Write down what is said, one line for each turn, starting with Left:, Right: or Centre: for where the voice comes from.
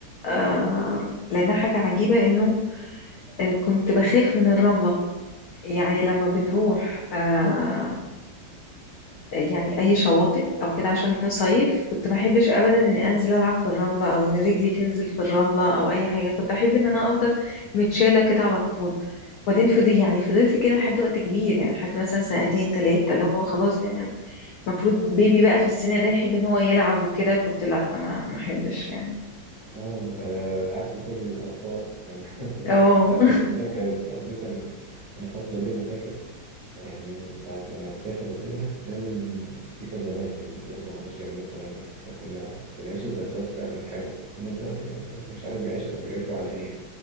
Left: آه... لأنها حاجة عجيبة إنه آه كنت بخاف من الرملة يعني لما بنروح آه... يعني أي شواطئ أو كده عشان نصيف كنت ما أحبش أبدا إني أنزل ألعب في الرملة أو إن رجلي تنزل في الرملة أو أي حاجة كنت أحب إن أنا أفضل متشالة كده على طول وبعدين فضي يعني فضلت كده لحد وقت كبير يعني لحد مثلا سنتين تلاتة اللي هو خلاص يعني المفروض بيبي بقى في السن ده يحب ان هو يلعب وكده كنت لا ما ما احبش يعني
Right: أه ده عكس كل الأطفال ده, <laughs> ده,
Left: اه
Right: ده الناس كلها كانت أساسا الفترة دي أنا فاكر يعني بتاعت لما تسافر وكده لازم بس دي كانت زمان يعني دلوقتي ما بقوش يعملوا الكلام ده إحنا كنا بنعيش الذكريات فعلا حلوة هما دلوقتي مش عارف بيعيشوا بيعيشوا على إيه